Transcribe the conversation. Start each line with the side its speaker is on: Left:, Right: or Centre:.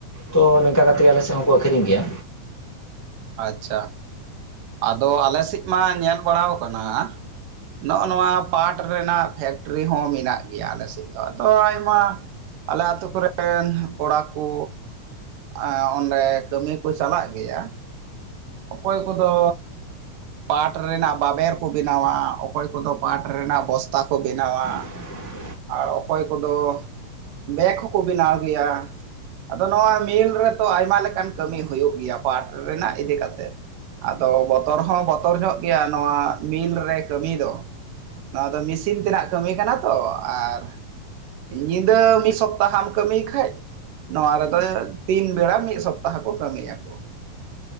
Left: ᱛᱚ ᱱᱚᱝᱠᱟ ᱠᱟᱛᱮ ᱜᱮ ᱟᱞᱮ ᱥᱮᱫ ᱦᱚᱸᱠᱚ ᱟᱹᱷᱨᱤᱧ ᱜᱮᱭᱟ᱾
Right: ᱟᱪᱪᱷᱟ, ᱟᱫᱚ ᱟᱞᱮ ᱥᱮᱫ ᱢᱟ ᱧᱮᱞ ᱵᱟᱲᱟᱣ ᱠᱟᱱᱟ ᱱᱚᱸᱜ-ᱚ ᱱᱚᱣᱟ ᱯᱟᱴ ᱨᱮᱱᱟᱜ ᱯᱷᱮᱠᱴᱨᱤ ᱦᱚᱸ ᱢᱮᱱᱟᱜ ᱜᱮᱭᱟ ᱟᱞᱮ ᱥᱮᱫ ᱫᱚ ᱟᱫᱚ ᱟᱭᱢᱟ ᱟᱞᱮ ᱟᱹᱛᱩ ᱠᱚᱨᱮᱱ ᱠᱚᱲᱟ ᱠᱚ ᱮᱸ ᱚᱸᱰᱮ ᱠᱟᱹᱢᱤ ᱠᱚ ᱪᱟᱞᱟᱜ ᱜᱮᱭᱟ᱾ ᱚᱠᱚᱭ ᱠᱚᱫᱚ ᱯᱟᱴ ᱨᱮᱱᱟᱜ ᱵᱟᱵᱮᱨ ᱠᱚ ᱵᱮᱱᱟᱣᱟ ᱚᱠᱚᱭ ᱠᱚᱫᱚ ᱯᱟᱴ ᱨᱮᱱᱟᱜ ᱵᱚᱥᱛᱟ ᱠᱚ ᱵᱮᱱᱟᱣᱟ᱾
Left: <inaudible>
Right: ᱟᱨ ᱚᱠᱚᱭ ᱠᱚᱫᱚ ᱵᱮᱜᱽ ᱦᱚᱸᱠᱚ ᱵᱮᱱᱟᱣ ᱜᱮᱭᱟ᱾ ᱟᱫᱚ ᱱᱚᱣᱟ ᱢᱤᱞ ᱨᱮᱛᱚ ᱟᱭᱢᱟ ᱞᱮᱠᱟᱱ ᱠᱟᱹᱢᱤ ᱦᱩᱭᱩᱜ ᱜᱮᱭᱟ ᱯᱟᱴ ᱨᱮᱱᱟᱜ ᱤᱫᱤ ᱠᱟ ᱛᱮ ᱟᱫᱚ ᱵᱚᱛᱚᱨ ᱦᱚᱸ ᱵᱚᱛᱚᱨ ᱧᱚᱸᱜ ᱜᱮᱭᱟ ᱱᱚᱣᱟ ᱢᱤᱞ ᱨᱮ ᱠᱟᱹᱢᱤ ᱫᱚ, ᱱᱚᱣᱟ ᱫᱚ ᱢᱮᱥᱤᱱ ᱛᱮᱱᱟᱜ ᱠᱟᱹᱢᱤ ᱠᱟᱱᱟ ᱛᱚ ᱟᱨ ᱧᱤᱫᱟᱹ ᱢᱤᱫ ᱥᱚᱯᱛᱟᱦᱟᱢ ᱠᱟᱹᱢᱤ ᱠᱷᱟᱡ ᱱᱚᱣᱟ ᱨᱮᱫᱚ ᱛᱤᱱ ᱵᱮᱲᱟ ᱢᱤᱫ ᱥᱚᱯᱛᱟᱦᱚ ᱠᱚ ᱠᱟᱹᱢᱤ ᱟᱠᱚ᱾